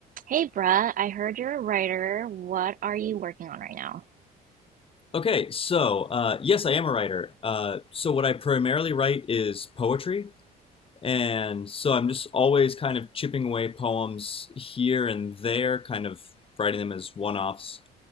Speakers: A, on the right; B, on the left.
A: Hey, bruh, I heard you're a writer. What are you working on right now?
B: Okay, so uh, yes, I am a writer. Uh, so what I primarily write is poetry, and so I'm just always kind of chipping away poems here and there, kind of writing them as one-offs.